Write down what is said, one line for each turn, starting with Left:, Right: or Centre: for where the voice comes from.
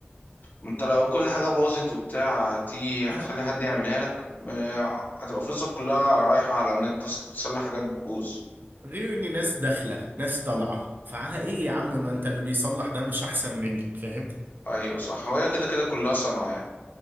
Left: ما انت لو كل حاجة باظت وبتاع هتيجي هتخلي
Right: هت-
Left: حد يعملها لك م- هتبقى فلوسك كلها رايحة على النت تصلح حاجات بتبوظ
Right: غير ان ناس داخله ناس طالعه فعلى ايه يا عم ما انت اللي بيصلح ده مش احسن منك فاهم
Left: ايوه صح هو هي كده كده كلها صنعة يعني